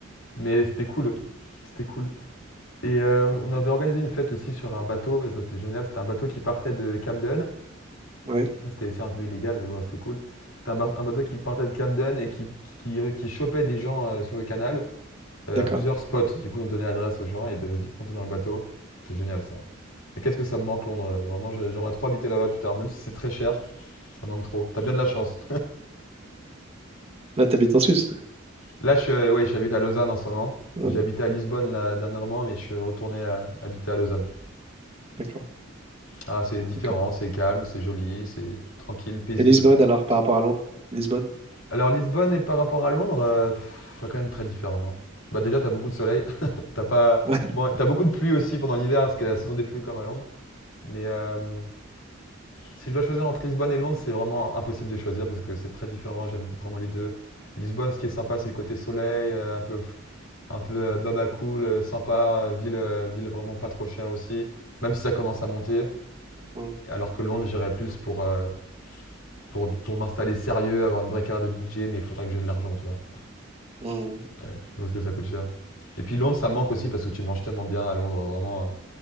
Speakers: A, on the left; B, on the right.
A: Mais c'était cool. C'était cool. Et euh, on avait organisé une fête aussi sur un bateau, et ça c'était génial. C'était un bateau qui partait de Camden.
B: ouais,
A: Et ça c'était aussi un peu illégal, mais bon, c'était cool. C'était un, ba- un bateau qui partait de Camden et qui, qui, qui chopait des gens euh, sur le canal euh,
B: d'accord.
A: à plusieurs spots. Du coup, on donnait l'adresse aux gens et ils devaient vite monter dans le bateau. C'était génial ça. Mais qu'est-ce que ça me manque Londres? euh, Vraiment, j'ai- j'aimerais trop habiter là-bas plus tard, même si c'est très cher. Ça me manque trop. T'as bien de la chance.
B: Là, t'habites en Suisse.
A: Là, je, suis- euh, ouais, j'habite à Lausanne en ce moment.
B: Ouais,
A: J'ai habité à Lisbonne là, dernièrement, mais je suis retourné à- habiter à Lausanne.
B: d'accord,
A: Ah, c'est différent,
B: d'accord.
A: c'est calme, c'est joli, c'est tranquille, paisible.
B: Et Lisbonne, alors, par rapport à Londres? Lisbonne?
A: Alors Lisbonne et par rapport à Londres, euh, pff, c'est quand même très différent. hein. Bah déjà, t'as beaucoup de soleil. <laughs> T'as pas...
B: Ouais.
A: Bon, t'as beaucoup de pluie aussi pendant l'hiver, parce que la saison des pluies comme à Londres. Mais euh, si je dois choisir entre Lisbonne et Londres, c'est vraiment impossible de choisir parce que c'est très différent. J'aime vraiment les deux. Lisbonne, ce qui est sympa, c'est le côté soleil, euh, un peu un peu euh, baba cool, euh, sympa, euh, ville, euh, ville vraiment pas trop chère aussi, même si ça commence à monter.
B: Mm,
A: Alors que Londres, j'irais plus pour, euh, pour, pour m'installer sérieux, avoir une vraie carrière de DJ, mais il faudra que j'ai de l'argent, tu vois.
B: mm.
A: Ouais, parce que ça coûte cher. Et puis Londres, ça me manque aussi parce que tu manges tellement bien à Londres, vraiment. euh,